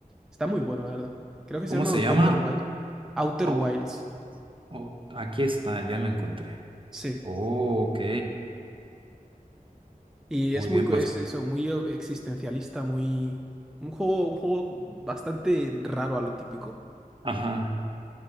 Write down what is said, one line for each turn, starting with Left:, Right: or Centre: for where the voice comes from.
Centre: Está muy bueno, la verdad. Creo que
Right: ¿Cómo
Centre: se llama
Right: se llama?
Centre: Outer Wild. Outer
Right: Au-
Centre: Wilds,
Right: au- aquí está, ya la encontré.
Centre: sí.
Right: Oh, ok.
Centre: Y
Right: Muy
Centre: es muy,
Right: bien,
Centre: cu-
Right: pues.
Centre: es eso, muy eh, existencialista, muy... Un juego, un juego bastante raro a lo típico.
Right: Ajá.